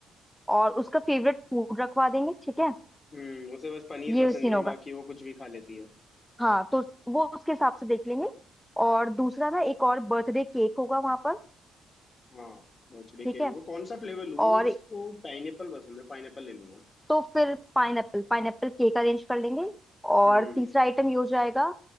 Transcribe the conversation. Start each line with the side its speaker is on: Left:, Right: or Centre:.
Centre: और उसका फेवरेट फूड रखवा देंगे ठीक है
Left: हम्म उसे बस पनीर
Centre: ये
Left: पसंद
Centre: सीन
Left: नहीं है
Centre: होगा
Left: बाकी वो कुछ भी खा लेती है
Centre: हाँ तो उस- वो उसके हिसाब से देख लेंगे और दूसरा ना एक और बर्थडे केक होगा वहां पर
Left: हाँ बर्थडे
Centre: ठीक
Left: केक
Centre: है
Left: होगा कौन सा फ्लेवर लूँ मैं?
Centre: और
Left: उसको पाइनएप्पल पसंद है पाइनएप्पल ले लूंगा
Centre: तो फिर पाइनएप्पल पाइनएप्पल केक अरेंज कर लेंगे और
Left: हम्म
Centre: तीसरा आइटम ये हो जाएगा